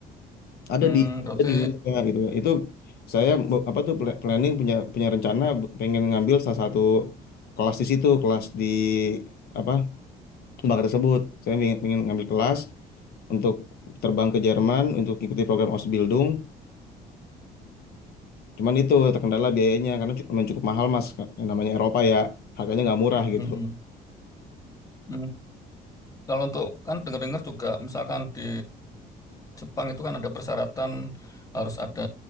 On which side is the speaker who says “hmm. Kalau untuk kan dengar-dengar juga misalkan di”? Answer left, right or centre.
Left